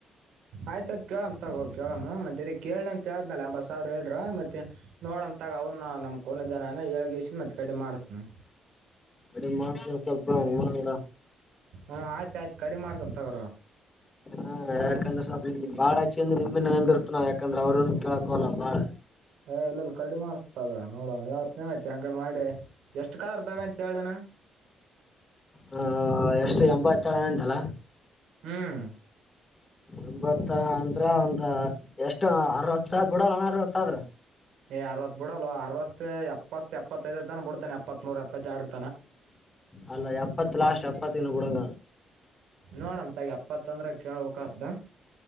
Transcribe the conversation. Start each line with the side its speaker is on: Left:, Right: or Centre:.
Right: ಆಯ್ತಾಯಯ್ತ್ ಕೇಳಮ್ ತಗೋ ಕೇಳ್ ಮತ್ತ ಕೇಳ ಅಂತ ಕೇಳನ ಎಂಬತ್ ಸಾವರ ಹೇಳ್ರ ಮತ್ತೆ ನೋಡಮ ತಗೋ ಅವ್ನ ನಮ್ ಕೋಿದ್ದಾನ ಎಳ್ಗಸನ್ ಮತ್ ಕಡೆ ಮಾಡಸನ
Left: ಕಡೆ ಮಾತ್ರ ಸ್ವಲ್ಪರಗಡ
Right: ಹ್ಞೂ ಆಯ್ತು ಆಯ್ತು ಕಡಿಮೆ ಮಾಡ್ಸಮ್ ತಗೋರ
Left: ಹಾ ಯಾಕಂದ್ರೆ ಸ್ವಲ್ ಬಾಳ ಆಚೆಿಂದ ನಿಂಬೆ ನಂಬಿ ಇರ್ತನ ಯಾಕಂದ್ರೆ ಅವ್ರ ಕೇಳಕಲ್ಲ ಬಾಳ
Right: ಏ ಎಲ್ಲೆಲ್ಲಿ ಕಡಿಮ ಮಾಡಸ ತಗ ನೋಡ ಇವತ್ನೇ ಆಐ್ತಿ ಹಂಗನ್ ಮಾಡಿ ಎಷ್ಟು ಕಾಲರ್ ತಗ ಅಂತ ಹೇಳ್ದೇನ
Left: ಹ ಎಷ್ಟು ಎಂಬತ್ತೇಳನಂತಲ್ಲ
Right: ಹ್ಮ್
Left: ಎಂಬತ್ತ ಅಂದ್ರ ಒಂದ ಎಷ್ಟು ಅರವತ್ತು ಬಿಡಲ್ಲ ಅನರ್ವತ್ತ ಆದ್ರ
Right: ಏ್ ಅವತ್ ಬಿಡಲ್ವ ಅರವತ್ ಎಪ್ಪತ್ ಎಪ್ಪತ್ತೈದರ್ ತನ ಬಿಡ್ತಾನೆ ಎಪ್ಪತ್ತ್ ಮೂರ ಎಪ್ಪತ್ತರ
Left: ಅಲ್ಲ ಎಪ್ಪತ್ತು ಲಾಸ್ ಎಪ್ಪತ್ತ ಇನ್ನುೂ ಕೊಡಂಗ
Right: ನೋಡಮ ತಗ ಎಪ್ಪತ್ತಂದ್ರೆ ಕೇಳ್ಬೇಕ್ದ